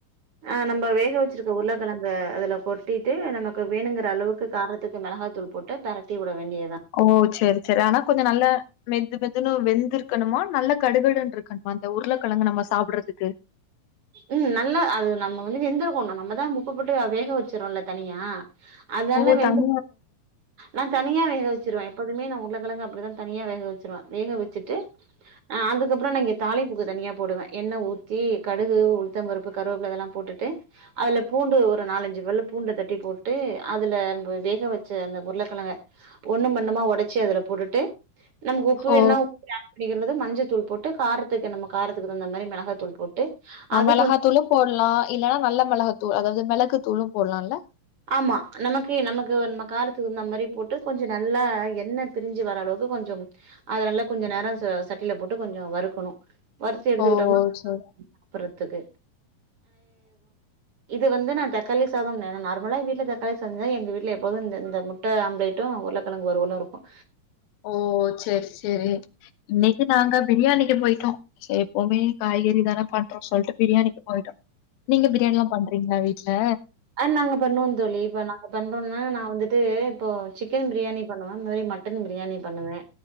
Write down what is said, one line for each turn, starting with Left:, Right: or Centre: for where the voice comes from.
Right: ஆ நம்ம வேக வச்சுருக்க உருளக்கழங்க அதுல கொட்டிட்டு நமக்கு வேணுங்கிற அளவுக்கு கார க்கு மிளகாத்தூள் போட்டு பரட்டி விட வேண்டியதுதா
Left: ஓ சேரி சேரி ஆனா கொஞ்ச நல்ல மெது மெதுன்னு வெந்த இருக்கணுமா நல்ல கடுகடுன்ன இருக்கணுமா இந்த உருளைக்கழங்க நம்ம சாப்டறதுக்கு
Right: ம் நல்ல அது நம்ம வந்து வேந்திருக்கணு நம்மதா உப்பு போட்டு வேக வச்சிரோல தனியா அதெல்லா
Left: ஓ
Right: வெந்த
Left: தனி
Right: நா தனியா வேக வச்சுருவ எப்போதுமே நா உருள்ளகிழங்க அப்டிதா தனியா வேக வச்சிருவ வேக வச்சுட்டு ஆ அதுக்கப்பற நா இங்க தாளிப்பூக்கு தனியா போடுவ எண்ணெ ஊத்தி கடுகு உளுத்தம்பருப்பு கருவேப்புல்ல அதெல்லா போட்டுட்டு அதுல பூண்டு ஒரு நாலஞ்சு பல் பூண்டு தட்டி போட்டு அதுல நம்ப வேக வச்ச அந்த உருளக்கிழங்க ஒண்ணு ஒண்ணுமா உடச்சி அதுல போட்டுட்டு நமக்கு உப்பு
Left: ஓ
Right: வேணுன்னா உப்பு ஆட் பண்ணிக்கது மஞ்சள் தூள் போட்டு காரத்துக்கு நம்ம காரத்துக்கு தந்த மாதிரி மிளகா தூள் போட்டு
Left: ஆ
Right: அது
Left: மிளகாத்தூளு
Right: கொஞ்ச
Left: போடலா இல்லன்னா நல்ல மிளகாத்தூள் அதாவது மிளகு தூளு போடலாம்ல்ல
Right: ஆமா நமக்கு நமக்கு நம்ம கார தகுந்த மாதிரி போட்டு கொஞ்ச நல்லா எண்ணெய் பிரிஞ்சு வர அளவுக்கு கொஞ்ச அதுனால கொஞ்ச நேர ச சட்டியில போட்டு கொஞ்ச வறுக்கணு வறுத்தி எடுத்துக்கிட்டோம்னா
Left: ஓ சேரி
Right: றதுக்கு இது வந்து நா தக்காளி சாத நார்மலா எங்க வீட்டுல தக்காளி சாத சஞ்சா எங்க வீட்ல எப்பது இந்த முட்ட ஆம்பளட்டு உருக்கழங்கு வறுவல்லு இருக்கும்
Left: ஓ சரி சரி இன்னிக்கு நாங்க பிரியாணிக்கு போயிட்டோ சரி எப்பவுமே காய்கறி தான பண்றோம்னு சொல்லிட்டு பிரியாணிக்கு போயிட்டோ நீங்க பிரியாணில்லா பண்றீங்களா வீட்டு்ல
Right: நாங்க பண்ணுவோ தோழி இப்ப நாங்க பண்ணறோம்னா நா வந்துட்டு இப்போ சிக்கன் பிரியாணி பண்ணுவ இந்த மாரி மட்டு மட்டன் பிரியாணி பண்ணுவ